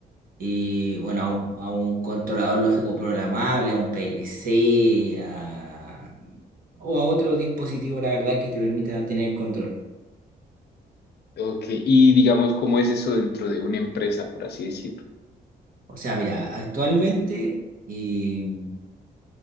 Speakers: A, on the right (about 55°); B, on the left (about 75°).
A: eh, bueno, a un, a un controlador lógico programable, a un PLC, a- o a otro dispositivo, la verdad, que te permita tener control.
B: Ok, y digamos, ¿cómo es eso dentro de una empresa, por así decirlo?
A: O sea, mira, actualmente eh,